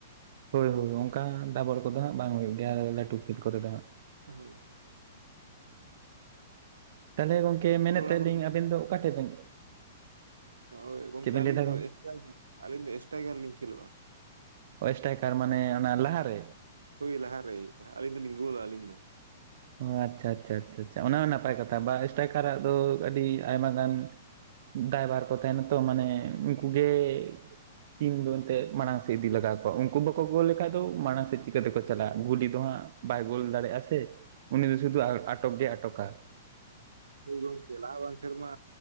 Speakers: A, on the right; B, on the right.
A: ᱦᱳᱭ
B: ᱟᱵᱚ
A: ᱦᱳᱭ ᱚᱱᱠᱟ ᱫᱟᱵᱚᱲ ᱠᱚᱫᱚ ᱦᱟᱸᱜ ᱵᱟᱝ ᱦᱩᱭᱩᱜ ᱜᱮᱭᱟ ᱞᱟᱹᱴᱩ ᱠᱷᱮᱞ ᱠᱚᱨᱮ ᱫᱚ ᱦᱟᱸᱜ
B: ᱦᱳᱭ ᱦᱳᱭ
A: ᱛᱟᱦᱚᱞᱮ ᱜᱚᱝᱠᱮ ᱢᱮᱱᱮᱫ
B: ᱦᱳᱭ ᱚᱱᱟ
A: ᱛᱟᱦᱮᱱ
B: ᱠᱚᱨᱮ
A: ᱞᱤᱧ ᱟᱵᱮᱱ ᱫᱚ ᱚᱠᱟ ᱴᱷᱮᱱ ᱵᱮᱱ
B: ᱦᱳᱭ ᱜᱚᱝᱠᱮ
A: ᱪᱮᱫ ᱵᱮᱱ
B: ᱟᱹᱞᱤᱧ
A: ᱞᱟᱹᱭ ᱮᱫᱟ
B: ᱫᱚ
A: ᱜᱚᱝᱠᱮ
B: ᱮᱥᱴᱟᱭ ᱟᱹᱞᱤᱧ ᱫᱚ ᱮᱥᱴᱟᱭᱜᱟᱨ ᱞᱤᱧ ᱠᱷᱮᱞᱳᱜ-ᱟ
A: ᱮᱥᱴᱟᱭᱠᱴᱜᱟᱨ ᱢᱟᱱᱮ ᱚᱱᱟ ᱞᱟᱦᱟ ᱨᱮ
B: ᱦᱳᱭ ᱞᱟᱦᱟᱨ ᱨᱮ ᱡᱟᱦᱟᱸ ᱟᱹᱞᱤᱧ ᱫᱚ ᱞᱤᱧ ᱜᱳᱞᱟ ᱟᱹᱞᱤᱧ ᱫᱚ
A: ᱚ ᱟᱪᱪᱷᱟ ᱟᱪᱪᱷᱟ ᱟᱪᱪᱷᱟ ᱚᱱᱟ ᱦᱚᱸ ᱱᱟᱯᱟᱭ ᱠᱟᱛᱷᱟ ᱵᱟ ᱮᱥᱴᱟᱭᱜᱟᱨᱟᱜ ᱫᱚ ᱟᱹᱰᱤ ᱟᱭᱢᱟ ᱜᱟᱱ ᱫᱟᱭ ᱵᱷᱟᱨ ᱠᱚ ᱛᱟᱦᱮᱱᱟ ᱛᱚ ᱢᱟᱱᱮ ᱩᱱᱠᱩ ᱜᱮ ᱴᱤᱢ ᱫᱚ ᱮᱱᱛᱮᱫ ᱢᱟᱲᱟᱝ ᱥᱮᱫ ᱤᱫᱤ ᱞᱟᱜᱟᱣ ᱠᱚᱣᱟ ᱩᱱᱠᱩ ᱵᱟᱠᱚ ᱜᱳᱞ ᱞᱮᱠᱷᱟᱡ ᱫᱚ ᱢᱟᱲᱟᱝ ᱥᱮᱫ ᱪᱤᱠᱟᱹᱛᱮ ᱠᱚ ᱪᱟᱞᱟᱜ-ᱟ ᱜᱩᱞᱤ ᱫᱚ ᱦᱟᱸᱜ ᱵᱟᱭ ᱜᱳᱞ ᱫᱟᱲᱮ ᱟᱥᱮ ᱩᱱᱤ ᱫᱚ ᱥᱩᱫᱷᱩ ᱟᱴᱚᱠ ᱜᱮᱭ ᱟᱴᱚᱠ-ᱟ
B: ᱦᱳᱭ ᱜᱚᱝᱠᱮ ᱞᱟᱦᱟ ᱵᱟᱝ ᱥᱮᱨᱢᱟ